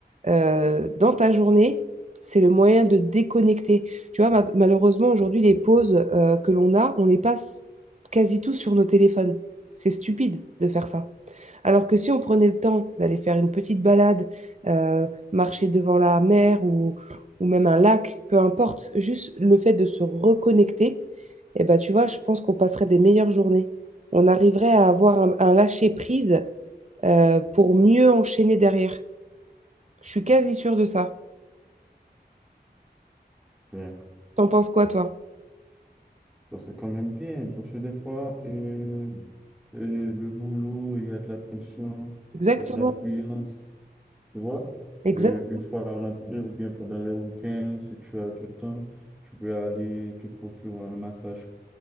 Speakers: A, on the right; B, in the centre.
A: euh, dans ta journée, c'est le moyen de déconnecter. Tu vois, ma- malheureusement, aujourd'hui, les pauses euh, que l'on a, on les passe quasi tous sur nos téléphones. C'est stupide de faire ça. Alors que si on prenait le temps d'aller faire une petite balade, euh, marcher devant la mer ou, ou même un lac, peu importe, juste le fait de se reconnecter, eh ben, tu vois, je pense qu'on passerait des meilleures journées. On arriverait à avoir un, un lâcher-prise euh, pour mieux enchaîner derrière. Je suis quasi sûre de ça.
B: Bien.
A: T'en penses quoi, toi?
B: Donc, c'est quand même bien, parce que des fois, euh, euh, le boulot, il y a de la pression,
A: Exactement.
B: il y a de l'affluence, tu vois?
A: Exact.
B: Euh, une fois rentré ou bien pendant les week-ends, si tu as du temps, tu peux aller te procurer un massage